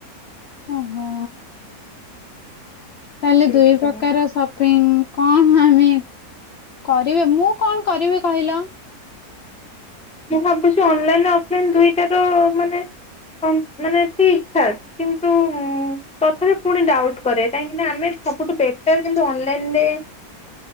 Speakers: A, on the left; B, in the centre.
A: ଓହୋ ତାହେଲେ
B: ସେଇଥିପାଇଁ
A: ଦୁଇ ପ୍ରକାର ସପିଙ୍ଗ କଣ <unintelligible> କରିବେ ମୁଁ କଣ କରିବି କହିଲ?
B: ମୁଁ ଭାବୁଛି ଅନଲାଇନ ଅଫଲାଇନ ଦୁଇଟାର ମାନେ ମାନେ ଠିକ ଠାକ୍ କିନ୍ତୁ ତଥାପି ପୁଣି ଡାଉଟ୍ କରେ କାହିଁକି ନା ଆମେ ସବୁଠୁ ବେଟର କିନ୍ତୁ ଅନଲାଇନରେ